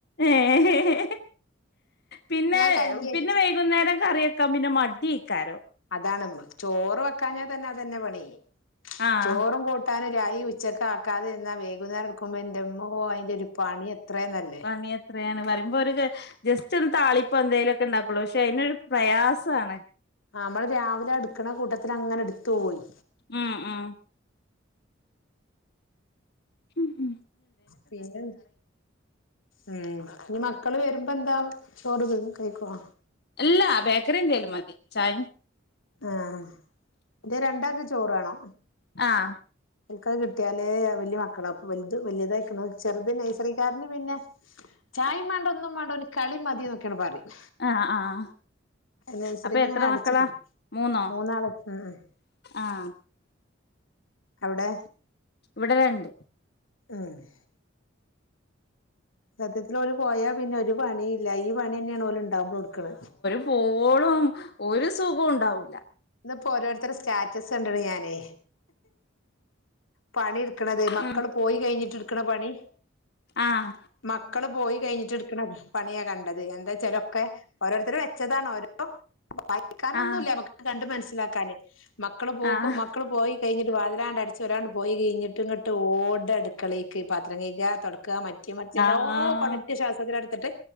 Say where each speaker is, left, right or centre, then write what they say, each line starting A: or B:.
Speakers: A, on the left; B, on the left.
A: ഏഹ് പിന്നെ
B: ഞാൻ കഞ്ഞി വെച്ച്
A: പിന്നെ വൈകുന്നേരം കറിവെക്കാൻ പിന്നെ മത്തി <unintelligible>
B: അതാണ് മ്മ ചോറ് വെക്കാഞ്ഞാൽ തന്നെ അതന്നെ പണി
A: ആഹ്
B: ചോറും കൂട് ട്ടാനും രായി ഉച്ചക്ക് ആക്കാതെ എന്നാ വൈകുന്നേരം എടുക്കുമ്പോ എന്റെമ്മോ അതിന്റെ ഒരു പണി എത്രയുനല്ലേ
A: പണി എത്രയാണ് പറയുമ്പോ ഒരു ജസ്റ്റ് ഒരു താളിപ്പോ എന്തെലും ക്കെണ്ടാക്കുള്ളൂ പക്ഷെ അതിനൊരു പ്രയാസാണ്
B: ആഹ് നമ്മള് രാവിലെ അടുക്കണ കൂട്ടത്തിൽ അങ്ങനെ എടുത്തു പോയി
A: ഉം ഉം ഉം ഉം
B: പിന്നെന്ത് ഉം ഇനി മക്കള് വരുമ്പ എന്താ ചോറ്ത് കഴിക്കുവാ
A: അല്ലാ ബേക്കറി എന്തേലും മതി ചായ
B: ആഹ് ഇത് രണ്ടാക്ക് ചോറ് വേണോ
A: ആഹ്
B: <unintelligible> കിട്ടിയാലേല വലിയ മക്കളാ അപ്പൊ വലുത് വലുതായിക്കണു ചെറുത് നഴ്സറിക്കാരന് പിന്നെ ചായേം മാണ്ട ഒന്നും വേണ്ടന് കളി മതി എന്നൊക്കെയാണ് പറയും
A: ആഹ്‌ ആഹ്‌
B: നഴ്സറിൽ
A: അപ്പ
B: ഇങ്ങനെ
A: എത്ര
B: അടച്ചിട്ടില്ലേ
A: മക്കളാ മൂന്നോ
B: മൂന്നാള് ഉം ഉം
A: ആഹ്‌
B: അവിടെ
A: ഇവിടെ രണ്ട്
B: ഏഹ് സത്യത്തില് ഓല് പോയാ പിന്നെ ഒരു പണിയില്ല ഈ പണി തന്നെയാണ് ഓല ഉണ്ടാവുമ്പോളും എടുക്കണ്
A: പ്പോളും ഒരു സുഖോണ്ടാവൂല്ല
B: ഇന്ന്പ്പോ ഓരോരുത്തരെ സ്റ്റാറ്റസ് കണ്ടണ് ഞാനേ പണി എടുക്കണത് മക്കള്
A: ഉം
B: പോയി കയിഞ്ഞിട്ട് എട്ക്ക്‌ണ പണി
A: ആഹ്‌
B: മക്കള് പോയി കഴിഞ്ഞിട്ട് എടുക്കണ പണിയാ കണ്ടത് എന്താച്ചാ ലൊക്കെ ഓരോരുത്തരർ വെച്ചതാണ് ഓരോ വായിക്കാനൊന്നുല്ല്യ
A: ആഹ്
B: കണ്ട് മനസിലാക്കാന് മക്കള് പോകു
A: ആഹ്
B: മക്കള് പോയി കയിഞ്ഞിട്ട് വാതിലാണ്ട് അടച്ച് ഒരാണ്ട് പോയികയിഞ്ഞിട്ട് ഇങ്ങട്ട് ഓട അടക്കളേക്ക് പാത്രം കൈക തൊടക്ക മറ്റെ മറിച്ചെല്ലാ
A: ആഹ്
B: പണിറ്റശ്വാസത്തില് ട്ട്